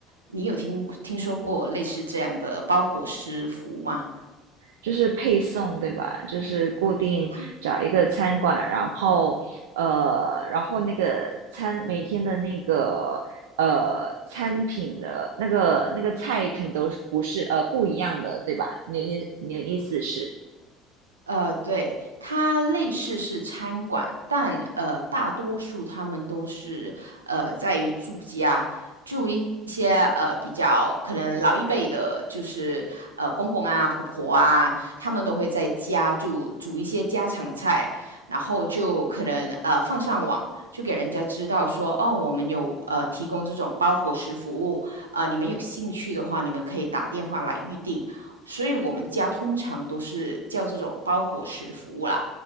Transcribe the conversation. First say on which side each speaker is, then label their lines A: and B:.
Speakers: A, on the right; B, on the right.
A: 你有听听说过类似这样的包伙食服务吗？
B: 就是配送，对吧？就是固定找一个餐馆，
A: 它
B: 然后呃，然后那个餐每天的那个呃餐品的那个那个菜品都是不是呃不一样的，对吧？你的意你的意思是，
A: 呃，对，它类似是餐馆，但呃，大多数他们都是呃在于住家，住一些呃比较可能老一辈的，就是呃公公啊、婆婆啊，他们都会在家就煮一些家常菜，然后就可能呃放上网。就给人家知道说，哦，我们有呃提供这种包伙食服务，呃，你们有兴趣的话，你们可以打电话来预定。所以我们家通常都是叫这种包伙食服务啦。